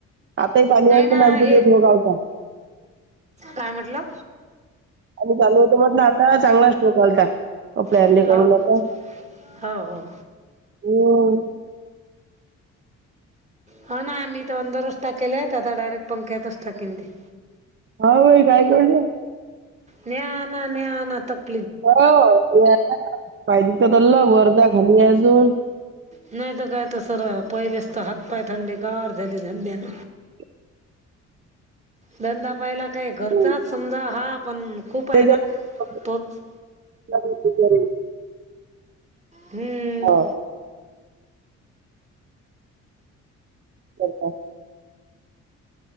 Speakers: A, on the right; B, on the right.
A: आताही पानियाळच
B: नाही ना
A: <unintelligible> नामच
B: हे
A: गेत होगावचा
B: काय म्हटलं?
A: आणि चालू होतो म्हटलं आता चांगला शो घालता. आपल्या
B: हो
A: <unintelligible> कडूून
B: का?
A: आता
B: हो हो
A: हो
B: हा ना आम्ही तर अंदरच टाकले आहेत आता डायरेक्ट पंख्याेतच टाकीन ते.
A: हो भाई काय करु त्या.
B: न्या आना न्या आना तक
A: हो पाहिली तर बलो वर जा खाली हाय अजून
B: नाही तर काय सरळ आहे पहिलेच तर हातपाय थंडी हाय गार झाली धंद्यान.
A: <inaudible>
B: धंदा पाहिला काय घरचाच
A: हम्म.
B: समजा हा पण खूप आहे
A: ते जे
B: ना
A: कपडे
B: तोच
A: <unintelligible>
B: हम्
A: हो. करता.